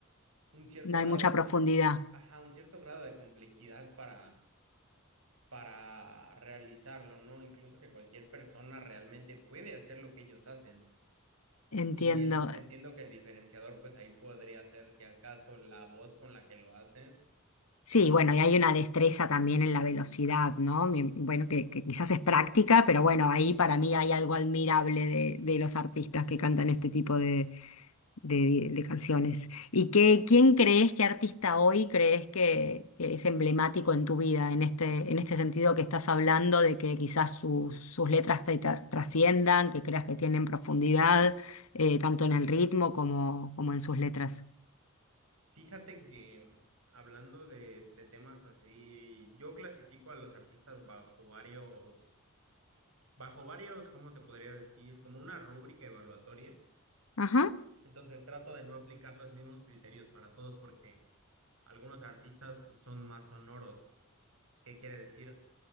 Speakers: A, on the right (about 70°); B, on the left (about 75°).
A: un cierto
B: No
A: grado
B: hay mucha
A: de, com-
B: profundidad.
A: ajá, un cierto grado de complejidad para, para realizarlo, ¿no? Incluso que cualquier persona realmente puede hacer lo que ellos hacen.
B: Entiendo.
A: Si bien entiendo que el diferenciador, pues ahí podría ser si acaso la voz con la que lo hacen. Son,
B: Sí, bueno, y hay una destreza también en la velocidad, ¿no? Mi- Bueno, que, que quizás es práctica, pero bueno, ahí para mí hay algo admirable de, de los artistas que cantan este tipo de, de- de canciones. ¿Y qué, quién crees, qué artista hoy crees que, que es emblemático en tu vida, en este, en este sentido que estás hablando de que quizás sus sus letras te tra- trasciendan, que creas que tienen profundidad, eh, tanto en el ritmo como, como en sus letras?
A: fíjate que hablando de, de temas así, yo clasifico a los artistas bajo varios, bajo varios, ¿cómo te podría decir? Como una rúbrica evaluatoria.
B: Ajá,
A: Entonces trato de no aplicar los mismos criterios para todos porque algunos artistas son más sonoros. ¿Qué quiere decir?